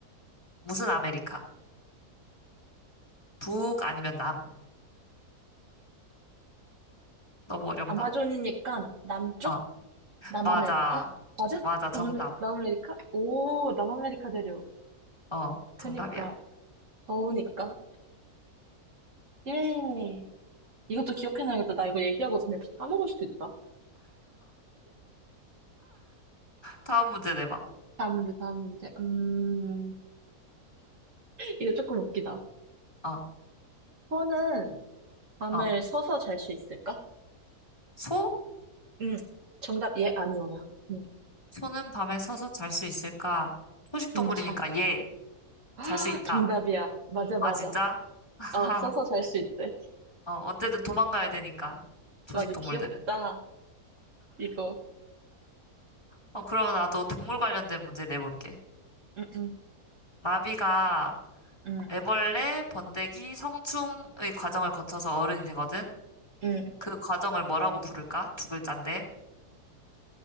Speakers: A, on the left; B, on the right.
A: 무슨 아메리카? 북 아니면 남? 너무 어렵나?
B: 아마존이니까 남쪽?
A: 어,
B: 남아메리카?
A: 맞아.
B: 맞아?
A: 맞아. 정답.
B: 남아메, 남아메리카? 오, 남아메리카 대륙.
A: 어,
B: 그니까,
A: 정답이야.
B: 더우니까. 예. 이것도 기억해놔야겠다. 나 이거 얘기하고 전에 다 까먹을 수도 있다.
A: 다음 문제 내봐.
B: 다음 문제, 다음 문제. 음, 이거 조금 웃기다.
A: 어.
B: 소는 밤을
A: 어.
B: 서서 잘 수 있을까?
A: 소?
B: 응. 정답, 예, 아니오야. 응,
A: 소는 밤에 서서 잘 수 있을까? 초식 동물이니까
B: 응, 자. <gasps>
A: 예,
B: 아,
A: 잘 수 있다.
B: 정답이야. 맞아, 맞아.
A: 아, 진짜? <laughs>
B: 아, 서서 잘 수 있대.
A: 어, 언제든 도망가야 되니까, 초식
B: 맞아,
A: 동물들은.
B: 귀엽다. 이거.
A: 어, 그럼 나도 동물 관련된 문제 내볼게.
B: 응, 응,
A: 나비가
B: 응.
A: 애벌레, 번데기, 성충의 과정을 거쳐서 어른이 되거든?
B: 응.
A: 그 과정을 뭐라고 부를까? 두 글자인데.